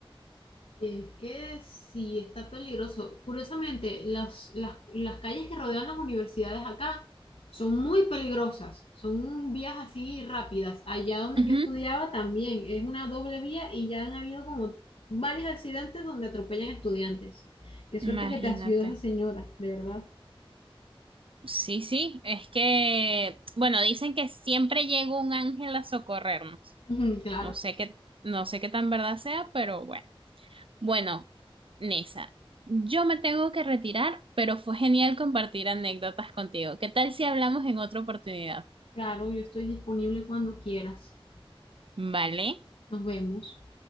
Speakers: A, on the left; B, on the right.
A: Es que sí, está peligroso. Curiosamente, las, las, las calles que rodean las universidades acá son muy peligrosas, son vías así rápidas. Allá donde
B: Ujú,
A: yo estudiaba también es una doble vía y ya han habido como varios accidentes donde atropellan estudiantes. Qué suerte
B: Imagínate.
A: que te ayuda esa señora, de verdad.
B: Sí, sí, es que, bueno, dicen que siempre llega un ángel a socorrernos.
A: Ujú, Claro,
B: No sé qué, no sé qué tan verdad sea, pero bueno. Bueno, Nisa, yo me tengo que retirar, pero fue genial compartir anécdotas contigo. ¿Qué tal si hablamos en otra oportunidad?
A: claro, yo estoy disponible cuando quieras.
B: ¿Vale?
A: Nos vemos.